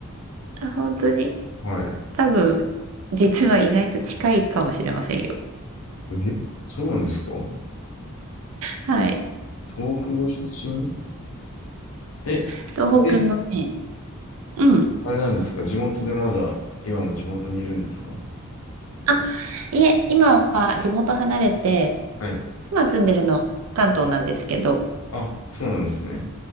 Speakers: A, on the right; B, on the left.
A: あ、本当に。
B: はい。
A: 多分、実は意外と近いかもしれませんよ。
B: え、そうなんですか
A: はい。
B: 東北ご出身え、
A: 東北のね、
B: で、
A: うん。
B: あれなんですか地元でまだ、今も地元にいるんですか
A: あ、いえ、今は地元離れて、
B: はい。
A: 今住んでるのは関東なんですけど、
B: あ、そうなんですね。